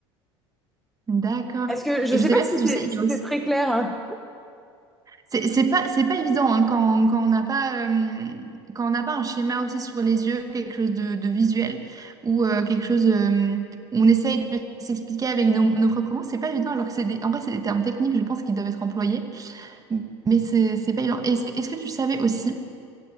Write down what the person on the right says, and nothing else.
D'accord.
Et
je sais
pas
si tu
sais, il
y
a aussi
C'est c'est pas, c'est pas évident hein, quand, quand on n'a pas, euh, quand on n'a pas un schéma aussi sur les yeux, quelque chose de, de visuel ou euh, quelque chose euh, où on essaye de s'expliquer avec nos, nos propres mots, c'est pas évident. Alors que c'est des- en vrai, c'est des termes techniques, je pense, qui doivent être employés, mais c'est c'est pas évident. Est-ce, que est-ce que tu savais aussi,